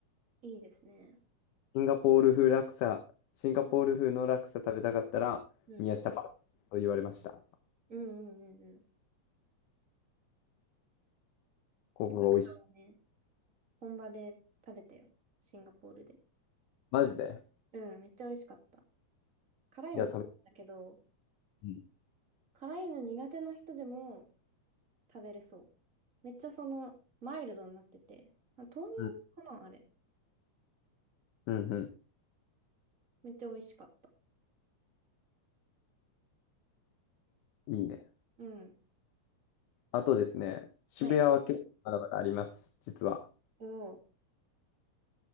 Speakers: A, on the right (about 25°); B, on the left (about 90°).
A: いいですね。
B: シンガポール風ラクサ、シンガポール風のラクサ食べたかったら、
A: うん。
B: 宮下パークと言われました。
A: うんうんうんうん。
B: ここが美味しい。
A: ラクサはね、本場で食べたよ。シンガポールで。
B: マジで
A: うん、めっちゃ美味しかった。辛いの好きだったけど、
B: いや、食べ、うん、
A: 辛いの苦手な人でも食べれそう。めっちゃその、マイルドになってて。あ、豆乳かなあれ。
B: うん、うん、う
A: めっちゃ美味しかった。
B: んいいね。
A: うん。
B: あとですね、渋谷は結構まだまだあります、
A: はい。
B: 実は。
A: おお。